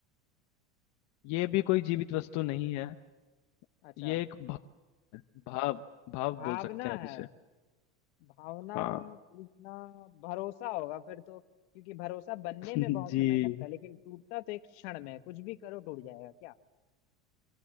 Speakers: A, on the left; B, on the left.
A: ये भी कोई जीवित वस्तु नहीं है
B: अच्छा
A: ये एक भा, भाव भाव
B: भावना
A: बोल सकते हैं आप
B: है
A: इसे
B: भावना
A: हाँ
B: टूटना भरोसा होगा फिर तो क्योंकि भरोसा बनने
A: <laughs>
B: में बहुत
A: जी
B: समय लगता है लेकिन टूटता तो एक क्षण में है। कुछ भी करो टूट जाएगा क्या